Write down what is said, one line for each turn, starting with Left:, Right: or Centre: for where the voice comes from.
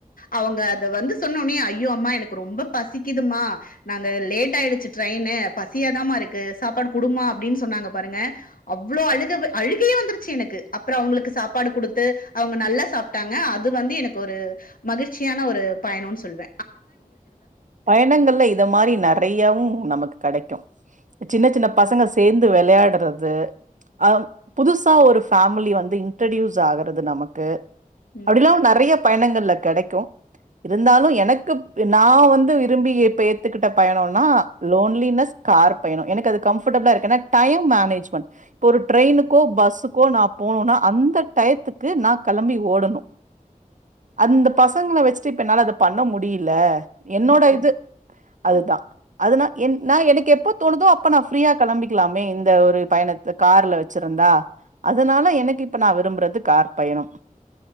Left: அவுங்க அத வந்து சொன்ன ஒன்னே ஐயோ அம்மா எனக்கு ரொம்ப பசிக்கிது ம்மா நாங்க லேட் ஆயிடிச்சி ட்ரய்னு பசியாதாம்மா இருக்கு சாப்பாடு குடுமா அப்டின் சொன்னாங்க பாருங்க அவ்ளோ அழுக வ அழுகையே வந்த்ருச்சி எனக்கு அப்பறொ அவ்ங்களுக்கு சாப்பாடு குடுத்து அவ்ங்க நல்லா சாப்ட்டாங்க அது வந்து எனக்கு ஒரு ம மகிழ்ச்சியான ஒரு பயணோன் சொல்வ
Right: பயணங்கள்ல இத மாரி நெறயாவு நமக்கு கடைக்கு சின்னச் சின்ன பசங்க சேந்து வெளையாட்றது அப் புதுசா ஒரு ஃபேமிலி வந்து இன்ட்ரொட்யூஸ் ஆகறது நமக்கு
Left: ம்
Right: அப்டிலா நறைய பயணங்கள்ல கெடைக்கு இருந்தாலு எனக்குப் நா வந்து விரும்பி இப்ப ஏத்துக்குட்ட பயணோனா லோன்லினஸ் கார் பயணொ எனக்கு அது கம்ஃபட் டபுளா இருக்கு எனா டயம் மேனேஜ்மெண் இப்ப ஒரு ட்ரய்னுக்கோ பஸ்ஸுக்கோ நா போணோனா அந்த டயத்துக் கு நா களம்பி ஓடணு அந்த பசங்கள வெச்சிட்டு இப்ப என்னால அத பண்ண முடியி ல என்னோட
Left: ம்
Right: இது
Left: ம்
Right: அதுதா அதுனா என் நா எனக்கு எப்போ தோணுதோ அப்ப நா ஃப்ரீயா களம்பிக்லாமே இந்த ஒரு பயணத்த கார்ல வெச்சிர் ருந்தா அதனால எனக்கு இப்ப நா விரும்புறது கார் பயணம்